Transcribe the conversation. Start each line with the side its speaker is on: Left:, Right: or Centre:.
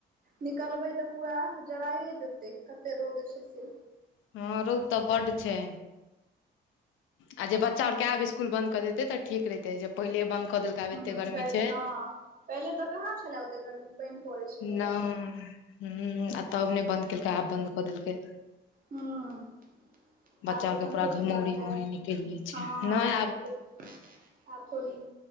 Right: निकलबै तऽ पूरा जराइए देतै कते रौद छै से।
Left: हँ रौद तऽ बड्ड छै आ जे बच्चा ओर आब इसकूल बन्द कऽ देतै तऽ ठीक रहितै, जे पहिले बन्द कऽ देलका आब एते
Right: हम
Left: गर्मी
Right: पहिले
Left: छै
Right: हँ पहिले तऽ कहाँ छलै ओते गर्मी। पानि पड़ै छलैया
Left: नहि
Right: तऽ
Left: हुं हुं आ तब नहि बन्द केलकै आब बन्द कऽ देलकै।
Right: ह
Left: बच्चा
Right: आब अखन
Left: आर के पूरा
Right: थोड़ी
Left: घमौरी
Right: बन्द हैत
Left: उमौरी निकलि जाइ छै
Right: हँ आब
Left: नहि
Right: ओ तऽ आब थोड़ी